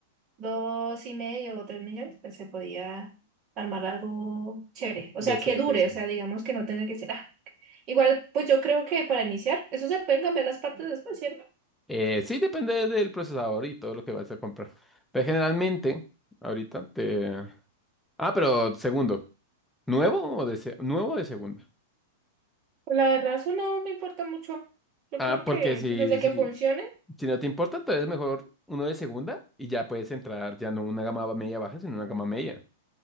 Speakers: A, on the right (about 40°); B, in the centre.
A: dos y medio o tres millones, pues se podía armar algo chévere. O
B: Decente,
A: sea, que dure,
B: sí.
A: o sea, digamos que no tenga que ser... ah. Igual, pues yo creo que para iniciar, eso se pueden cambiar las partes después, ¿cierto?
B: Eh, sí, depende del procesador y todo lo que vas a comprar. Pero generalmente, ahorita te... Ah, pero segundo. ¿Nuevo o de, se- nuevo o de segundo?
A: La verdad, eso no me importa mucho. Yo
B: Ah,
A: creo
B: porque
A: que
B: si,
A: desde
B: si,
A: que funcione,
B: Si no te importa, entonces mejor uno de segunda y ya puedes entrar, ya no una gama media baja, sino una gama media